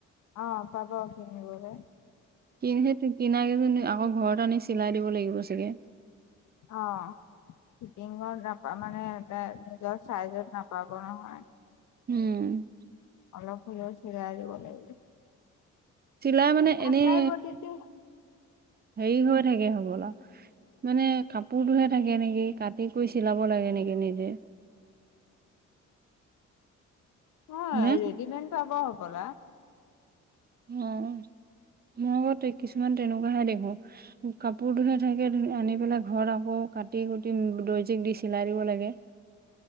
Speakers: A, on the left; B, on the right.
A: অ' পাব কিনিবলে।
B: কিনিহে কিনাকেইজন আকৌ ঘৰত আনি চিলাই দিব লাগিব চাগে।
A: অ' ফিটিঙৰ নাপা মানে এ, নিজৰ চাইজত নাপাব নহয়।
B: উম।
A: অলপ হ'লেই চিলাই দিব লাগিব।
B: চিলাই মানে
A: ঢাকাই
B: এনেই
A: বটিতে
B: হেৰি হৈ থাকে হ'বলা। মানে কাপোৰটোহে থাকে নেকি, কাটি কৰি চিলাব লাগে নেকি নিজে।
A: অ'
B: হয়নে
A: ৰেডিমেড পাব হ'বলা।
B: অ' মই আগত কিছুমান তেনেকুৱাহে দেখো। কাপোৰটোহে থাকে, আনি পেলাই ঘৰত আকৌ কাটি কুটি দৰ্জীক দি চিলাই দিব লাগে।